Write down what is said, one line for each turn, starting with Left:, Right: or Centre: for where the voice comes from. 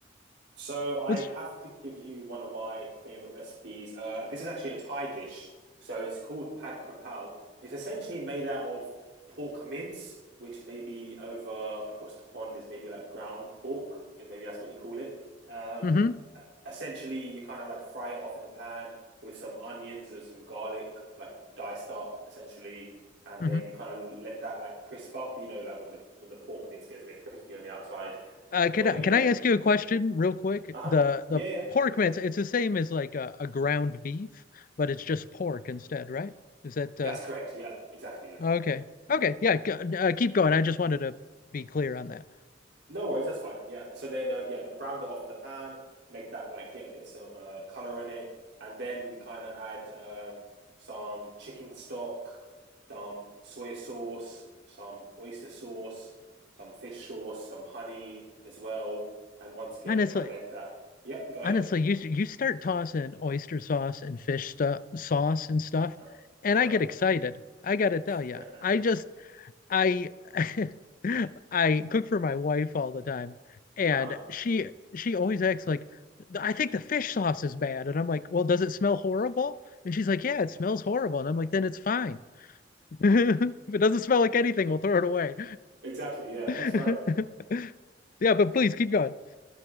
Right: So I'd
Left: What's
Right: have to give you one of my favorite recipes. Uh, this is actually a Thai dish, so it's called pad krapao. It's essentially made out of pork mince, which maybe over across the pond is maybe like ground pork, and maybe that's what you call it. Um,
Left: mm-hmm,
Right: essentially, you kind of like fry it off in the pan with some onions and some garlic, like diced up, essentially. And
Left: mm-hmm.
Right: then you kind of let that like crisp up, you know, like when the when the pork mince gets a bit crispy on the outside.
Left: Uh, can
Right: So
Left: I
Right: you
Left: can
Right: let
Left: I ask you a question real quick?
Right: Uh-huh.
Left: The the
Right: Yeah, yeah.
Left: pork mince, it's the same as like a, a ground beef, but it's just pork instead, right? Is that
Right: That's
Left: uh,
Right: correct. Yeah, exactly. Yeah.
Left: Okay. Okay. Yeah. g- Uh, keep going. I just wanted to be clear on that.
Right: No worries, that's fine. Yeah. So then uh yeah, brown that off in the pan, make that like get a bit some uh color in it, and then we kind of add um some chicken stock, some soy sauce, some oyster sauce, some fish sauce, some honey as well. And once again,
Left: Honestly,
Right: you kind of let that. Yep, go
Left: honestly,
Right: ahead.
Left: you you start tossing oyster sauce and fish stuff, sauce and stuff,
Right: Uh,
Left: and
Right: Uh-huh.
Left: I get excited. I gotta tell
Right: <laughs>
Left: you, I just I <laughs> I cook for my wife all the time, and
Right: Uh-huh.
Left: she she always acts like I think the fish sauce is bad, and I'm like, well, does it smell horrible? And she's like, yeah, it smells horrible, and I'm like, then it's fine. <laughs> If it doesn't smell like anything, we'll throw it away.
Right: <laughs> Exactly. Yeah,
Left: <laughs>
Right: that's right.
Left: Yeah, but please keep going.